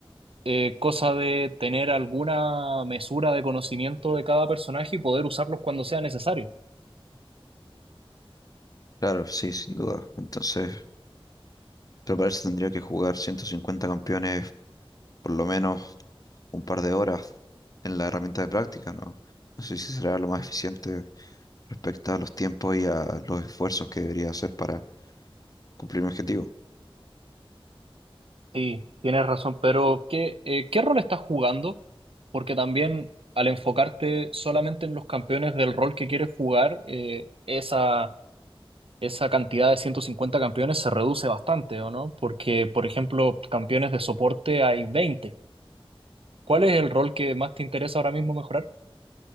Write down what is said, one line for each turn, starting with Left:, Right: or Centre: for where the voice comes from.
Right: eh, cosa de tener alguna mesura de conocimiento de cada personaje y poder usarlos cuando sea necesario.
Left: Claro, sí, sin duda. Entonces, pero para eso tendría que jugar 150 campeones por lo menos un par de horas en la herramienta de práctica, ¿no? No sé si será lo más eficiente respecto a los tiempos y a los esfuerzos que debería hacer para cumplir mi objetivo.
Right: Sí, tienes razón, pero ¿qué, eh, qué rol estás jugando? Porque también al enfocarte solamente en los campeones del rol que quieres jugar, eh, esa, esa cantidad de 150 campeones se reduce bastante, ¿o no? Porque, por ejemplo, campeones de soporte hay 20. ¿Cuál es el rol que más te interesa ahora mismo mejorar?